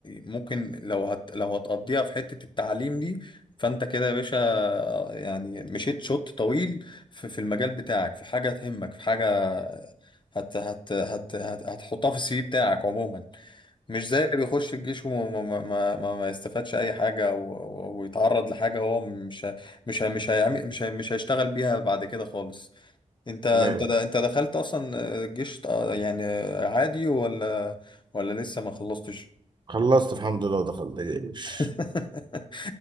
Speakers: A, on the left; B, on the right.
A: ممكن لو هت لو هتقضيها في حته التعليم دي فانت كده يا باشا آه، يعني مشيت شوط طويل في في المجال بتاعك في حاجه تهمك في حاجه هت هت هت هت هتحطها في السي في بتاعك عموما مش زي اللي بيخش الجيش وما ما ما ما ما يستفادش اي حاجه و- و- ويتعرض لحاجه هو مش ه- مش ه- مش هيعمل مش ه- مش هيشتغل بيها بعد كده خالص انت انت
B: تمام
A: د- انت دخلت اصلا الجيش ط- يعني عادي ولا ولا لسه ما خلصتش
B: خلصت الحمد لله ودخلت الجيش
A: <laughs>